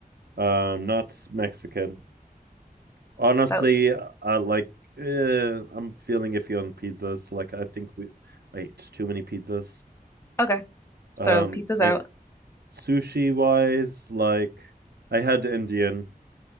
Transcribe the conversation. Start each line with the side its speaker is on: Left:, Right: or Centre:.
Right: Um, not Mexican honestly,
Left: So
Right: uh, like eh, I'm feeling iffy on pizzas. Like I think we I ate too many pizzas.
Left: okay, so
Right: Um,
Left: pizza's
Right: I
Left: out.
Right: sushi wise, like I had Indian